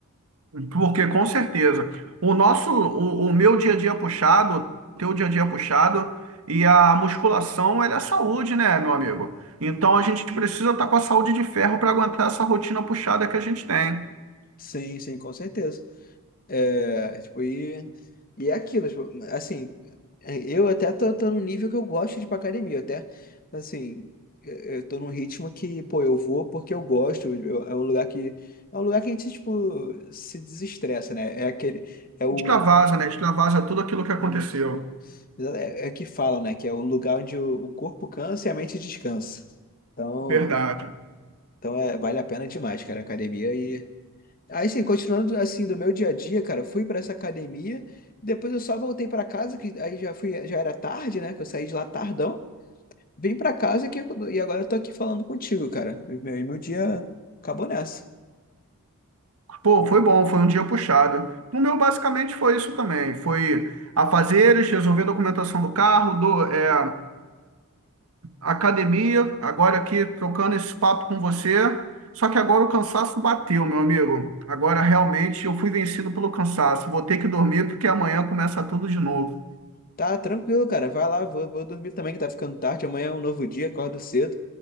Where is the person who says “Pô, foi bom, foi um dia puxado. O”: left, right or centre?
Right